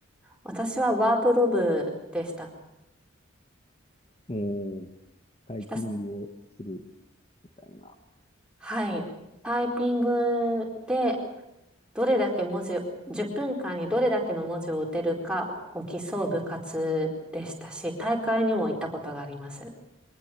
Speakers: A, in the centre; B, on the left.
A: 私はワープロ部でした。
B: もう、タイピングをする
A: ひたす、
B: みたいな。
A: はい。タイピングで、どれだけ文字を、10分間にどれだけの文字を打てるかを競う部活でしたし、大会にも行ったことがあります。